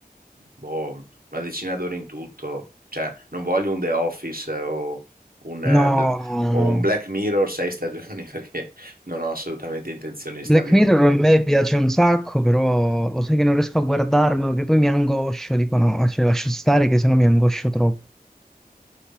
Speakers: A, on the right; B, in the centre.
A: boh, una decina d'ore in tutto, cioè non voglio un The Office eh, o un... eh,
B: No,
A: Bl- o un Black Mirror sei stagioni <laughs> perché non ho assolutamente intenzione di star
B: Black
A: lì.
B: Mirror a me piace un sacco, però lo sai che non riesco a guardarlo, che poi mi angoscio, dico no, cioè lascio stare che sennò mi angoscio troppo.